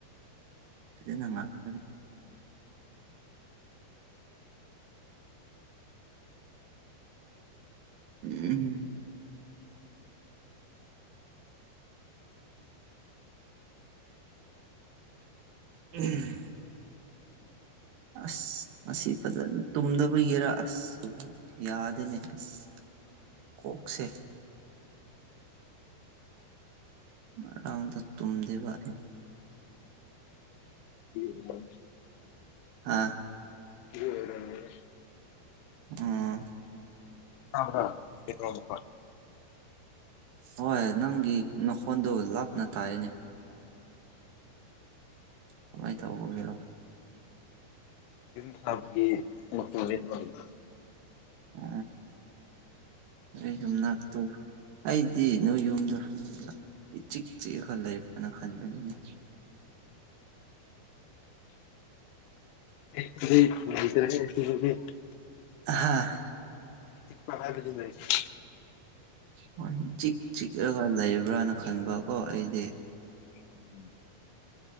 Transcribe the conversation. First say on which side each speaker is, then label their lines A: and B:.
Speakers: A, on the right; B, on the left.
A: ꯐꯖꯅ ꯉꯥꯡꯕꯅꯦ ꯎꯝ ꯎꯝ ꯑꯁ ꯉꯁꯤ ꯐꯖꯅ ꯇꯨꯝꯗꯕꯒꯤꯔ ꯑꯁ ꯌꯥꯗꯦꯅꯦ ꯑꯁ ꯀꯣꯛꯁꯦ ꯉꯔꯥꯡꯗꯣ ꯇꯨꯝꯗꯦꯕ
B: <unintelligible>
A: ꯑꯥ
B: <inaudible>
A: ꯑꯥ
B: ꯇꯕ꯭ꯔ <unintelligible>
A: ꯍꯣꯢ ꯅꯪꯒꯤ ꯅꯈꯣꯟꯗꯣ ꯂꯥꯞꯅ ꯇꯥꯢꯌꯦꯅꯦ ꯀꯃꯥꯢꯅ ꯇꯧꯕꯕꯤꯔꯣ
B: ꯌꯨꯝ ꯁꯥꯕꯒꯤ <unintelligible>
A: ꯑ ꯑꯩ ꯌꯨꯝꯅꯛ ꯑꯩꯗꯤ ꯅꯣꯢ ꯌꯨꯝꯗꯣ ꯏ ꯆꯤꯛ ꯆꯤꯛꯑꯒ ꯂꯩꯕꯅ ꯈꯜꯄꯅꯤꯅꯦ
B: <unintelligible>
A: ꯍꯥꯥ
B: <unintelligible>
A: ꯍꯣꯢ ꯆꯤꯛ ꯆꯤꯛꯂꯒ ꯂꯩꯕ꯭ꯔꯅ ꯈꯟꯕꯀꯣ ꯑꯩꯗꯤ
B: <inaudible>